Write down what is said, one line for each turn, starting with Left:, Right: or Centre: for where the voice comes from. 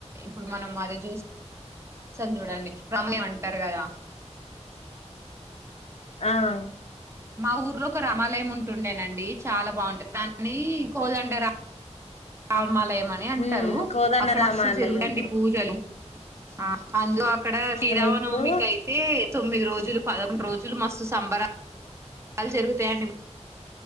Right: ఇప్పుడు మనం అది చూసి. స చూడండి రమలే ఏమంటారు. గా
Left: ఆహ్
Right: మా ఊర్లో ఒక రామాలయం ఉంటుండేనండి చాలా బాగుంటుంది దాన్ని కోదండరాం. అవ్ రామాలయం అని అంటారు
Left: ఉమ్ కోదండరామాలయం
Right: అక్కడ మస్తు జరుగుతయండి పూజలు. ఆహ్ ఆన్ జాబ్. అక్కడ
Left: అవునా
Right: శ్రీరామనవమికి
Left: ఇప్పుడు
Right: అయితే తొమ్మిది రోజులు. పదకొండు రోజులు మస్తు సంబరాలు <inaudible> జరుగుతయండి.